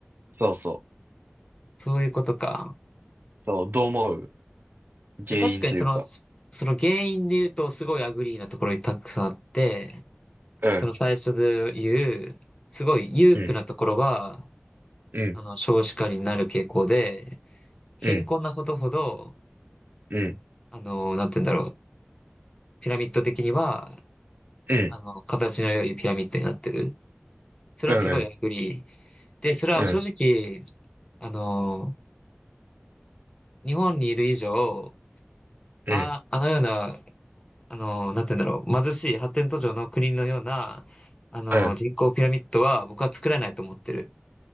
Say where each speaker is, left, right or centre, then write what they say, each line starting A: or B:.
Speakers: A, on the right (about 50°); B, on the left (about 20°).
A: そうそう。
B: そういうことか。
A: そう、どう思う原因というか。
B: え、確かにその、その原因で言うとすごいアグリーなところにたくさんあって、
A: うん、
B: その最初で言う、すごい裕福なところは、
A: うん、うん、
B: あの、少子化になる傾向で、貧困なことほど、
A: うん、うん、
B: あの、なんて言うんだろう、ピラミッド的には、
A: うん、
B: あの、形の良いピラミッドになってる。それはすごいアグリー。
A: うん、うん、
B: で、それは正直、
A: うん、
B: あの、日本にいる以上、
A: うん、
B: あ、あのような、あの、なんて言うんだろう、貧しい発展途上の国のような、あの、
A: うん、
B: 人口ピラミッドは僕は作れないと思ってる。